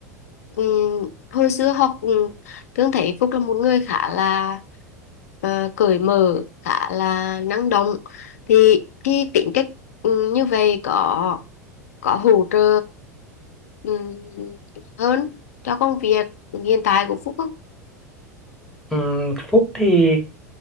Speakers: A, on the left; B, in the centre.
A: ừm, hồi xưa học um, Thương thấy Phúc là một người khá là ờ, cởi mở, khá là năng động. Thì khi tính cách ừm, như vậy có có hỗ trợ ừm, hơn cho công việc hiện tại của Phúc không?
B: Ừm, Phúc thì